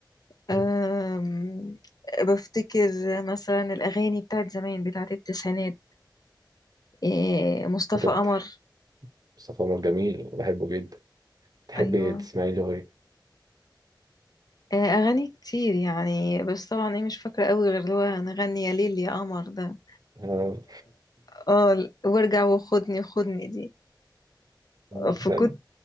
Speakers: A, on the right (about 55°); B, on the left (about 55°).
A: مم.
B: أم بفتكر مثلا الاغاني بتاعت زمان بتاعت التسعينات إيه مصطفى
A: كنت بت-
B: قمر
A: مصطفى عمر جميل بحبه جدا تحبي
B: ايوه
A: تسمعي له ايه؟
B: آه، اغاني كتير يعني بس طبعا ايه مش فاكرة قوي غير اللي هو نغني يا ليل يا قمر ده
A: آه.
B: اه ال- وارجع وخدني خدني دي
A: <laughs>
B: فكنت
A: لا،